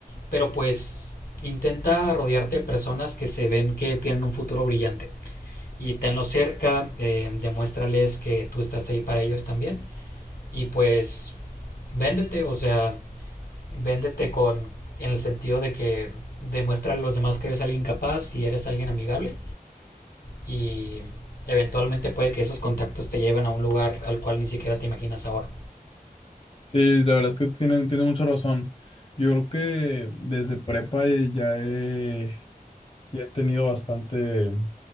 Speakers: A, on the left; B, on the left.
A: pero pues intenta rodearte de personas que se ven que tienen un futuro brillante y tenlos cerca, eh, demuéstrales que tú estás ahí para ellos también y pues véndete, o sea, véndete con en el sentido de que demuestra a los demás que eres alguien capaz y eres alguien amigable y eventualmente puede que esos contactos te lleven a un lugar al cual ni siquiera te imaginas ahora.
B: Sí, la verdad es que tienen, tienen mucha razón. Yo creo que desde prepa eh, ya he, ya he tenido bastante.